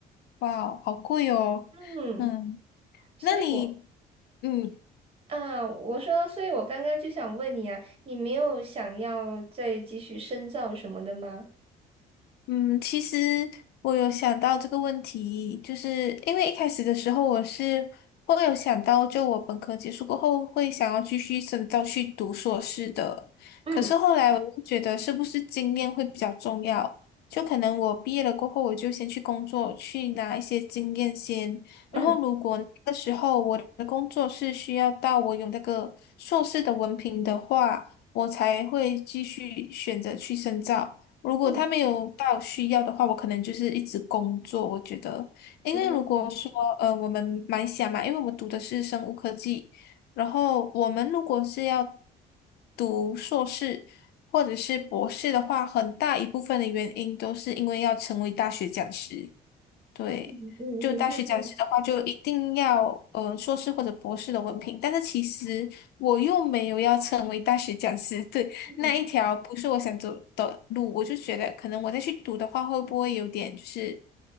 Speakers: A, on the left; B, on the right.
A: 哇哦好贵哦。
B: 嗯，
A: 嗯，
B: 所以我
A: 那你？嗯，
B: 啊，我说，所以我刚刚就想问你啊，你没有想要再继续深造什么的吗？
A: 嗯，其实我有想到这个问题，就是因为一开始的时候我是会有想到，就我本科结束过后会想要继续深造去读硕士的，
B: 嗯
A: 可是后来我就觉得是不是经验会比较重要，就可能我毕业了过后我就先去工作，去拿一些经验先，然后如果那个时候我的工作是需要到我有那个硕士的文凭的话，
B: 嗯
A: 我才会继续选择去深造。如果他没有到需要的话，
B: 嗯
A: 我可能就是一直工作。我觉得，因为如果说呃，
B: 嗯
A: 我们马来西亚嘛，因为我们读的是生物科技，然后我们如果是要读硕士或者是博士的话，很大一部分的原因都是因为要成为大学讲师。对，
B: 嗯嗯嗯，
A: 就大学讲师的话，
B: 对对，
A: 就一定要呃硕士或者博士的文凭。但是其实我又没有要成为大学讲师，<laughs> 对，
B: 嗯，
A: 那一条不是我想走的路，我就觉得可能我再去读的话，会不会有点就是，